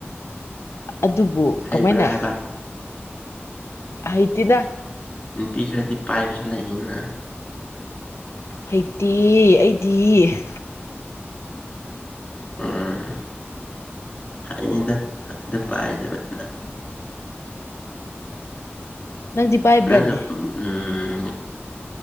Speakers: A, on the left (about 85°); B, on the left (about 30°).
A: ꯑꯗꯨꯕꯨ
B: ꯍꯩꯕ꯭ꯔꯥ
A: ꯀꯃꯥꯏꯅ
B: ꯍꯥꯏꯕ
A: ꯍꯩ ꯇꯤꯗ
B: ꯅꯨꯄꯤ ꯈꯔꯗꯤ ꯄꯥꯏꯕꯁꯨ ꯂꯩꯌꯦꯅ
A: ꯍꯩꯇꯦꯌꯦ ꯑꯩꯗꯤ ꯍ <inaudible>
B: ꯎꯝ ꯍꯩꯅꯤꯗ ꯑꯗꯨꯝ ꯄꯥꯏꯗꯕꯩꯅꯤꯗ
A: ꯅꯪꯗꯤ ꯄꯥꯏꯕ꯭ꯔꯅꯦ
B: ꯅꯪꯅ ꯎꯝ ꯎꯝ